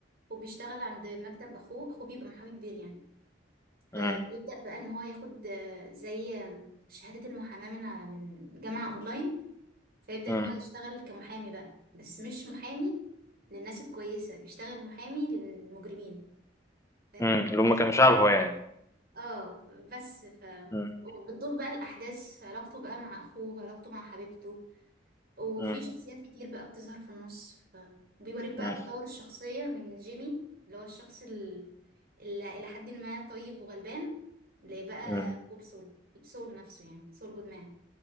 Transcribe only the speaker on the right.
وبيشتغل عند مكتب اخوه اخوه بيبقى محامي كبير يعني فبيبدأ
بقى ان هو ياخد آه، زي آم، شهادة المحاماة من ع- من جامعة اونلاين فيبدأ
ان هو يشتغل كمحامي بقى بس مش محامي للناس الكويسة بيشتغل محامي للمجرمين فاهم
اه بس ف
وبتدور بقى الأحداث في علاقته بقى مع أخوه علاقته مع حبيبته وفي
شخصيات كتير بقى بتظهر في النص فبيوريك بقى
تطور الشخصية من جيمي اللي هو الشخص ال- اللي إلى حد ما طيب وغلبان لبقى
كول سول سول نفسه يعني سول جودمان